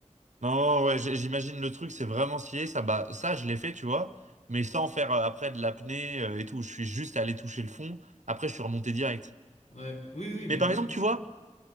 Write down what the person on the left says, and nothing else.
Ouais, oui, oui, mais
moi,